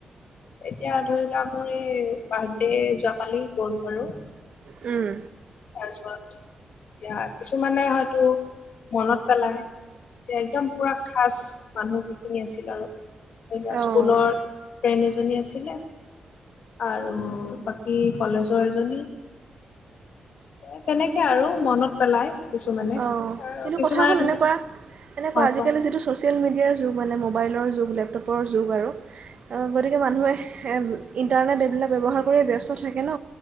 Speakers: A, on the left; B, on the right.
A: এতিয়া ধৰি লোৱা মোৰ এই বাৰ্থডে যোৱাকালি গ'ল বাৰু
B: উম
A: তাৰপিছত এয়া কিছুমানে হয়তো মনত পেলায়। একদম পুৰা খাচ মানুহ যিখিনি আছিল আৰু। স্কুলৰ
B: অঁ
A: ফ্ৰেড এজনী আছিলে। আৰু বাকী কলেজৰ এজনী। এ তেনেকে আৰু মনত পেলাই। কিছুমানে
B: অঁ
A: আৰু
B: কিন্তু
A: কিছুমানে
B: কথা হল
A: ধৰি
B: এনেকুৱা এনেকুৱা
A: অ
B: আজিকালি
A: কোৱা
B: যিটো ছ'চিয়েল মিডিয়াৰ যুগ মানে ম মোবাইলৰ যুগ লেপটপৰ যুগ আৰু গতিকে মানুহে ইণ্টাৰনেট এইবিলাক ব্যৱহাৰ কৰিয়ে ব্যস্ত থাকে ন